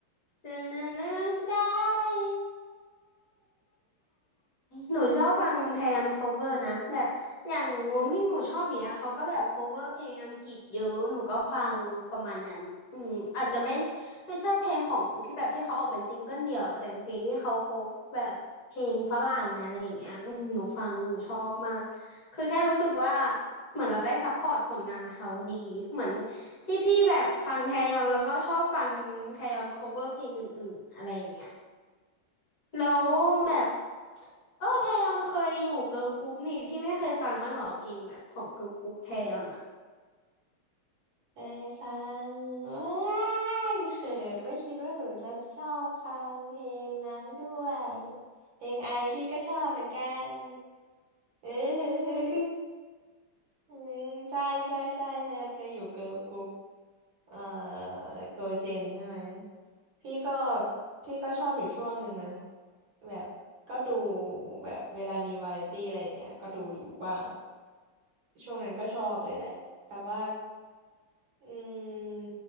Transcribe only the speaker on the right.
เคยฟังว้ายเขินไม่คิดว่าหนูจะชอบฟังเพลงนั้นด้วยเพลงไอพี่ก็ชอบเหมือนกัน <laughs> เอออืมใช่ใช่ใช่เธอยันเคยอยู่เกิร์ลกรุ๊ปเอ่อเกิร์ลเจนใช่ไหมพี่ก็พี่ก็ชอบอยู่ช่วงหนึ่งนะแบบก็ดูแบบเวลามีวาไรตี้อะไรอย่างเงี้ยก็ดูอยู่บ้างช่วงนั้นก็ชอบเลยแหละแต่ว่า อืม